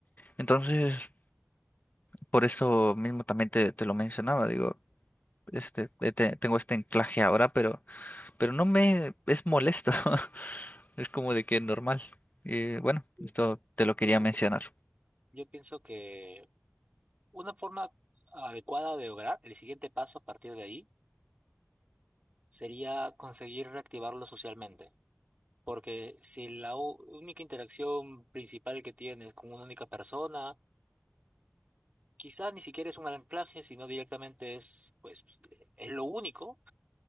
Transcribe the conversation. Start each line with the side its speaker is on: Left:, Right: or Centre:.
Left: Entonces, por eso mismo también te, te lo mencionaba, digo, este, eh, te- tengo este anclaje ahora, pero, pero no me es molesto, <laughs> es como de que normal. Y bueno,
Right: sí.
Left: esto te lo quería
Right: No,
Left: mencionar.
Right: Yo pienso que una forma adecuada de lograr el siguiente paso a partir de ahí sería conseguir reactivarlo socialmente. Porque si la u- única interacción principal que tienes es con una única persona, quizás ni siquiera es un anclaje, sino directamente es, pues, es lo único.